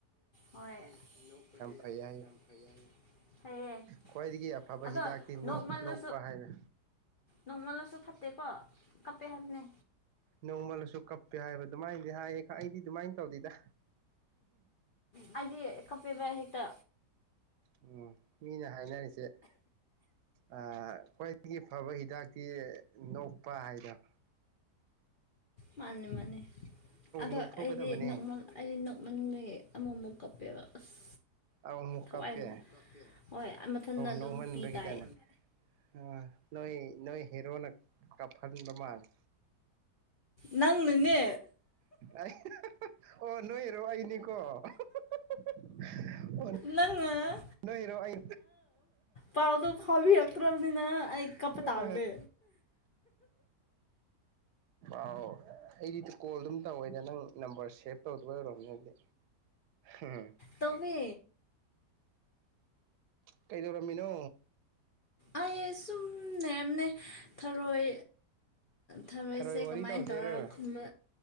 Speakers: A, on the left; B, on the right.
A: ꯍꯣꯏ ꯑꯅꯣꯛ ꯐꯗꯤ
B: ꯐꯩ
A: ꯌꯥꯝ
B: ꯍꯥꯏꯌꯦ
A: ꯌꯥꯝ ꯐꯩ ꯍꯥꯏ ꯑꯦ
B: ꯈ꯭ꯋꯥꯏꯗꯒꯤ ꯑꯐꯕ
A: ꯑꯗ
B: ꯍꯤꯗꯥꯛꯇꯤ
A: ꯅꯣꯛ ꯃꯥꯜꯂ
B: ꯅꯣꯛꯄ ꯍꯥꯏꯕ
A: ꯅꯣꯡꯃꯜꯂꯁꯨ ꯐꯠꯇꯦꯀꯣ ꯀꯞꯄꯦ ꯍꯥꯏꯕꯅꯦ
B: ꯅꯣꯡꯃꯜꯂꯁꯨ ꯀꯞꯄꯦ ꯍꯥꯏꯕ ꯑꯗꯨꯃꯥꯏꯅꯗꯤ ꯍꯥꯏꯌꯦ ꯑꯩꯗꯤ ꯑꯗꯨꯃꯥꯏꯅ ꯇꯧꯗꯦꯗ
A: ꯍꯥꯏꯗꯤ ꯀꯞꯄꯦꯕ ꯍꯦꯛꯇ
B: ꯎꯝ ꯃꯤꯅ ꯍꯥꯏꯅꯔꯤꯁꯦ ꯑ ꯈ꯭ ꯑꯩꯒꯤ ꯐꯕ ꯍꯤꯗꯥꯛꯇꯤ ꯅꯣꯛꯄ ꯍꯥꯏꯗꯅ
A: ꯃꯥꯅꯤ ꯃꯥꯅꯤ ꯑꯗꯣ
B: ꯅꯣꯛꯊꯣꯛꯀꯗꯕꯅꯦ
A: ꯑꯩꯗꯤ ꯅꯣꯡꯃꯣꯟ ꯑꯩꯗꯤ ꯅꯣꯛꯃꯟꯕꯒꯤ ꯑꯃꯨꯛꯃꯨꯛ ꯀꯛꯄꯦꯕ ꯑꯁ
B: ꯑꯃꯨꯛ
A: ꯊꯋꯥꯏꯒꯅꯤ
B: ꯀꯥꯞꯄꯦ
A: ꯍꯣꯏ ꯃꯊꯟꯗ ꯑꯗꯨꯝ
B: ꯅꯧꯃꯟꯕꯒꯤ
A: ꯄꯤ ꯇꯥꯏ
B: ꯀꯥꯏꯅ ꯑ ꯅꯣꯏ ꯅꯣꯏ ꯍꯦꯔꯣꯅ ꯀꯥꯞꯍꯟꯕ ꯃꯥꯜꯂꯦ
A: ꯅꯪꯅꯅꯦ
B: ꯑꯩ ꯑꯣ ꯅꯣꯏꯔꯣ ꯑꯩꯅꯤꯀꯣ ꯑꯣ
A: ꯅꯪꯉ
B: ꯅꯣꯏꯔꯣꯏ
A: ꯄꯥꯎꯗꯣ ꯐꯥꯎꯕꯤꯔꯛꯇ꯭ꯔꯕꯅꯤꯅ ꯑꯩ ꯀꯞꯄ ꯇꯥꯕꯅꯦ
B: ꯑꯣ ꯑꯥꯎ ꯑꯩꯗꯤ ꯀꯣꯜ ꯑꯗꯨꯝ ꯇꯧꯋꯦꯗ ꯅꯪ ꯅꯝꯕꯔ ꯁꯦꯚ ꯇꯧꯗꯧꯕ ꯑꯣꯏꯔꯣꯝꯅꯦ ꯑꯗꯨꯗꯤ ꯎꯝ
A: ꯇꯃꯦ
B: ꯀꯩꯗꯧꯔꯝꯃꯤꯅꯣ
A: ꯑꯩ ꯁꯨꯝ ꯅꯦꯝꯅꯦ ꯊꯔꯣꯏ ꯊꯔꯣꯏꯁꯦ
B: ꯊꯔꯣꯏ ꯋꯥꯔꯤ
A: ꯀꯃꯥꯏꯅ
B: ꯇꯧꯁꯦꯔ
A: ꯇꯧꯔ ꯈꯨꯟꯕ